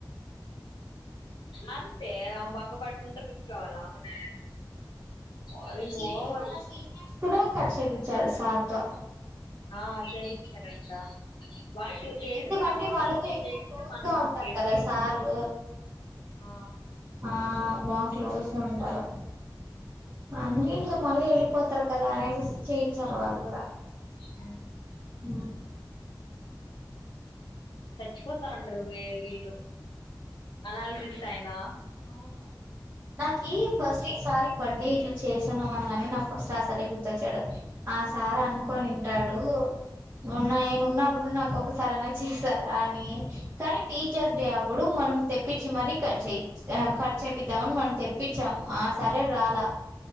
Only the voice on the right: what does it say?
సి
మన సీనియర్స్ కూడా కట్ చేపించారు సార్ తో
ఎందుకంటే
వాళ్ళతో
ఎక్కువ
క్లోజ్
గా
ఉంటారు
కదా సారు
ఆ బా క్లోజ్ గా ఉంటారు. అందుకే ఇంకా మళ్ళీ వెళ్ళిపోతారు కదా అనేసిసి చేయిచ్చారు వాళ్ళు కూడా.
అ
అవును. నా కీ ఫస్ట్ ఈ సారీ బట్టి లైఫ్ఇట్లా చేస్తున్నామని కాని నాకు ఫస్ట్ ఆ సారి గుర్తొచ్చాడు ఆ సార్ అనుకునింటాడు ఉన్నా
నేను ఉన్నా అప్పుడు నాకు ఒక సరేనా చేస్తారు అని కానీ టీచర్స్ డే అప్పుడు మనం తెప్పించి మరీ కట్ చేయ ఆ కట్ చేపిద్దామని మనం తెప్పించాము ఆ సారే రాలా